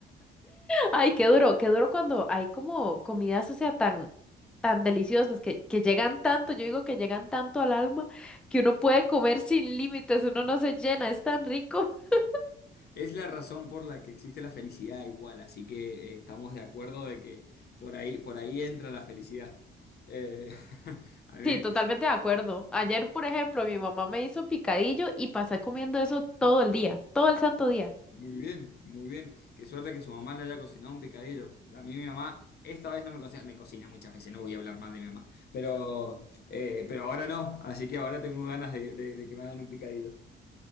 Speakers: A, in the centre; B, on the left.
A: Ay, qué duro, qué duro cuando hay como comidas, o sea, tan, tan deliciosas que, que llegan tanto, yo digo que llegan tanto al alma que uno puede comer sin límites, uno no se llena, es tan rico. <laughs>
B: Es la razón por la que existe la felicidad igual, así que eh, estamos de acuerdo de que por ahí, por ahí entra la felicidad. Eh, <laughs> a mí
A: Sí, totalmente de acuerdo. Ayer, por ejemplo, mi mamá me hizo picadillo y pasé comiendo eso todo el día, todo el santo día.
B: Muy bien, muy bien. Qué suerte que su mamá le haya cocinado un picadillo. A mí mi mamá esta vez no me cocina, me cocina muchas veces, no voy a hablar mal de mi mamá, pero, eh, pero ahora no, así que ahora tengo ganas de, de- de que me hagan un picadillo.